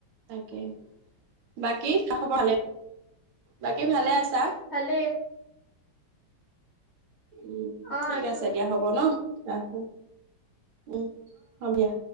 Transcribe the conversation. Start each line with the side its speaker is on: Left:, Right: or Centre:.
Right: তাকে বাকী কাষৰ পাহালে বাকী ভালে আছা।
Left: ভালে
Right: উম
Left: অ
Right: ঠিক
Left: আছো
Right: আছে দিয়া হ'ব ন। ৰাখো উম হব দিয়া